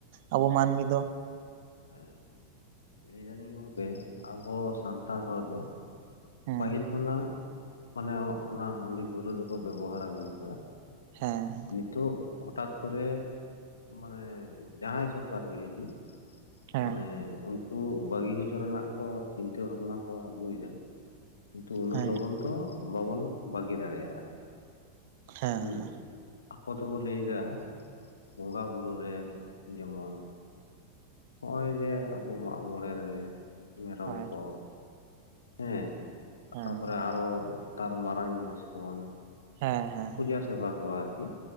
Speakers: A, on the right; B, on the left.
A: ᱟᱵᱚ ᱢᱟᱱᱢᱤ ᱫᱚ
B: ᱦᱮᱸ ᱞᱟᱹᱭ ᱫᱟᱞᱤᱧ ᱜᱚᱢᱠᱮ ᱟᱵᱚ ᱥᱟᱱᱛᱟᱲ ᱦᱚᱲ ᱫᱚ
A: ᱦᱮᱸ
B: ᱯᱟᱹᱦᱤᱞ ᱠᱷᱚᱱᱟᱜ ᱢᱟᱱᱮ ᱚᱱᱟ ᱦᱟᱺᱰᱤ ᱯᱟᱹᱣᱨᱟᱹ ᱫᱚᱠᱚ ᱵᱮᱵᱚᱦᱟᱨ ᱟᱜᱩ ᱠᱟᱫᱟ
A: ᱦᱮᱸ
B: ᱱᱤᱛᱚᱜ ᱦᱚᱴᱟᱛ ᱠᱚᱨᱮ ᱢᱟᱱᱮ ᱡᱟᱦᱟᱸᱭ ᱥᱚᱨᱠᱟᱨ ᱜᱮ ᱦᱤᱡᱩᱜ
A: ᱦᱮᱸ
B: ᱢᱟᱱᱮ ᱩᱱᱠᱩ ᱵᱟᱹᱜᱤ ᱦᱚᱪᱚ ᱨᱮᱱᱟᱜ ᱠᱚ ᱪᱤᱱᱛᱟᱹ ᱵᱷᱟᱵᱱᱟ ᱠᱚ ᱟᱜᱩᱭ ᱫᱟ ᱠᱤᱱᱛᱩ ᱩᱱᱟᱹᱜ
A: ᱦᱮᱸ
B: ᱞᱚᱜᱚᱱ ᱫᱚ ᱵᱟᱵᱚᱱ ᱵᱟᱜᱤ ᱫᱟᱲᱮᱭᱟᱜᱼᱟ
A: ᱦᱮᱸ
B: ᱦᱩᱸ
A: ᱦᱮᱸ
B: ᱟᱠᱚ ᱫᱚᱵᱚ ᱞᱟᱹᱭ ᱫᱟ ᱵᱚᱸᱜᱟ ᱵᱩᱨᱩ ᱨᱮ ᱡᱮᱢᱚᱱ ᱦᱚᱸᱜᱼᱚᱭ ᱡᱮ ᱟᱵᱚ ᱢᱟᱜ ᱢᱚᱬᱮ ᱨᱮ ᱢᱮᱨᱚᱢ
A: ᱦᱳᱭ
B: ᱠᱚ ᱦᱮᱸ
A: ᱦᱮᱸ
B: ᱛᱟᱯᱚᱨᱮ ᱟᱨᱚ ᱛᱟᱨ ᱢᱟᱨᱟᱝ ᱡᱤᱱᱤᱥ ᱠᱚᱵᱚᱱ
A: ᱦᱮᱸ ᱦᱮᱸ ᱦᱮᱸ
B: ᱯᱩᱡᱟ ᱥᱮᱵᱟ ᱠᱚ ᱟᱨᱠᱤ